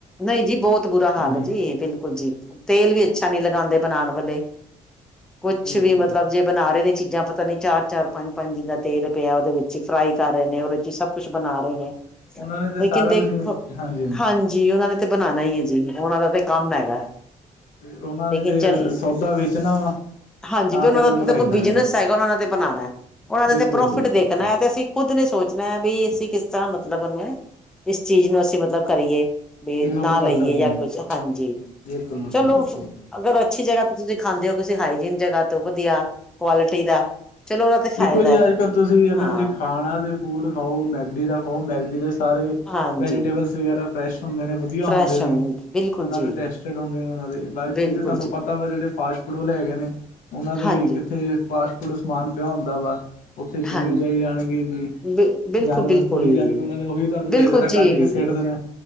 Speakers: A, in the centre; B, on the left (about 80°).
A: ਨਹੀਂ ਜੀ, ਬਹੁਤ ਬੁਰਾ ਹਾਲ
B: ਹਾਂ
A: ਹੈ ਜੀ। ਬਿਲਕੁਲ ਜੀ, ਤੇਲ ਵੀ ਅੱਛਾ ਨੀ ਲਗਾਉਂਦੇ ਬਣਾਉਣ ਵਾਲੇ ਕੁਛ
B: ਜੀ
A: ਵੀ
B: ਜੀ
A: ਮਤਲਬ ਜੇ। ਬਣਾ ਰੇ ਨੇ ਚੀਜ਼ਾਂ, ਪਤਾ ਨੀ ਚਾਰ-ਚਾਰ, ਪੰਜ-ਪੰਜ ਦਿਨ ਦਾ ਤੇਲ ਪਿਆ ਓਦੇ ਵਿੱਚ ਫਰਾਈ ਕਰ ਰਹੇ ਨੇ ਉਹਦੇ ਚ ਸਭ ਕੁਛ ਬਣਾ ਰਹੇ ਨੇ, <unintelligible>
B: ਉਹਨਾਂ ਨੇ ਤੇ ਸਾਰਾ ਕੁਛ ਮੇ ਹਾਂਜੀ
A: ਹਾਂਜੀ ਜੀ ਓਨਾਂ ਨੇ ਤੇ ਬਣਾਣਾ ਈ ਐ ਜੀ, ਓਨਾਂ ਦਾ ਤੇ ਕੰਮ ਹੈਗਾ
B: ਤੇ, ਓਨਾਂ ਨੇ
A: ਲੇਕਿਨ
B: ਤੇ,
A: ਚੱਲ
B: ਸੌਦਾ ਵੇਚਣਾ ਵਾ
A: ਹਾਂਜੀ
B: ਤਾਂ
A: ਵੀ ਓਨਾਂ
B: ਕਰਕੇ
A: ਦਾ
B: ਬਣਾਈ
A: ਕੋ
B: ਜਾਣੇ
A: ਬਿਜਨਸ ਹੈਗਾ, ਓਨਾਂ ਤੇ ਬਣਾਉਣਾ, ਓਨਾਂ ਦੇ
B: ਬਿਲਕੁਲ
A: ਤੇ ਪ੍ਰੋਫਿਟ
B: ਜੀ ਬਿਲਕੁਲ
A: ਦੇਖਣਾ ਹੈ ਤੇ ਅਸੀ ਖੁੱਦ ਨੇ ਸੋਚਨਾ ਐ ਵੀ ਅਸੀ ਕਿਸ ਤਰਾਂ ਮਤਲਬ ਓਨੂੰ, ਇਸ ਚੀਜ਼ ਨੂੰ ਅਸੀ ਮਤਲਬ ਕਰੀਏ ਵੀ,
B: ਇਗਨੋਰ
A: ਨਾ
B: ਕਰ
A: ਲਈਏ
B: ਸਕਦੇ
A: ਜਾਂ
B: ਹਾਂ ਜੀ
A: ਕੁਛ ਹਾਂਜੀ,
B: ਬਿਲਕੁਲ ਬਿਲਕੁਲ
A: ਚਲੋ
B: ਬਿਲਕੁਲ
A: ਅਗਰ ਅੱਛੀ ਜਗਾਹ ਤੁਸੀਂ ਜੇ ਖਾਂਦੇ ਹੋ ਕਿਸੇ ਹਾਈਜੀਨ ਜਗਾਹ ਤੋਂ ਵਧੀਆ, ਕੁਆਲਿਟੀ ਦਾ, ਚਲੋ ਉਹ ਤੇ ਫਾਇਦਾ।
B: ਦੇਖੋ ਜੀ ਅੱਜ ਤੁਸੀਂ, ਅਗਰ
A: ਹਾਂ
B: ਜੇ ਖਾਣਾ ਦੇ ਫੂਡ ਖਾਓ ਮੈਗਡੀ ਦਾ ਖਾਓ,, ਮੈਗਡੀ ਦੇ ਸਾਰੇ
A: ਹਾਂਜੀ
B: ਵੈਜੀਟੇਬਲਸ ਵਗੈਰਾ ਫਰੈਸ਼ ਹੁੰਦੇ ਨੇ, ਵਧੀਆ
A: ਫਰੈਸ਼
B: ਹੁੰਦੇ ਨੇ,
A: ਬਿਲਕੁਲ
B: ਇਨਾਂ
A: ਜੀ
B: ਦੇ ਟੇਸ <unintelligible> ਉਨਾ ਦੇ ਬਾਕੀ
A: ਬਿਲਕੁਲ
B: ਤਾਂ ਤਾਨੂੰ
A: ਜੀ
B: ਪਤਾ ਵਾ ਜਿਹੜੇ ਫਾਸਟ ਫੂਡ ਵਾਲੇ ਹੈਗੇ ਨੇ, ਉਨਾਂ ਦੇ
A: ਹਾਂਜੀ
B: ਕਿੱਥੇ ਫਾਸਟ ਫੂਡ ਸਮਾਨ ਪਿਆ ਹੁੰਦਾ ਵਾ, ਉੱਥੇ ਚੂਹੇ
A: ਹਾਂਜੀ
B: ਜਾਈ ਜਾਣਗੇ ਜੀ।
A: ਬ ਬਿਲਕੁਲ
B: ਜਾਨਵਰ
A: ਬਿਲਕੁਲ
B: ਤੁਰੀ ਜਾਣਗੇ, ਉਹਨਾ ਨੇ ਉਹੀ ਤੁਹਾਨੂੰ
A: ਬਿਲਕੁਲ
B: ਦੇ ਦੇਣਾ, ਕੱਢ
A: ਜੀ
B: ਕੇ ਸੀਟ ਦੇ ਨੇ